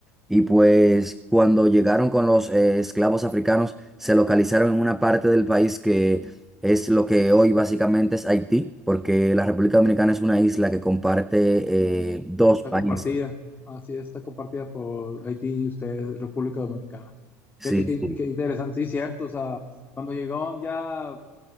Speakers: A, in the centre; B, on the left.
A: Y pues cuando llegaron con los eh, esclavos africanos, se localizaron en una parte del país que es lo que hoy básicamente es Haití, porque la República Dominicana es una isla que comparte eh, dos
B: Está
A: países.
B: compartida. Así es, está compartida por Haití y ustedes, República Dominicana.
A: Sí,
B: Fíjate qué,
A: sí,
B: qué interesante, sí, cierto. O sea, cuando llegaron ya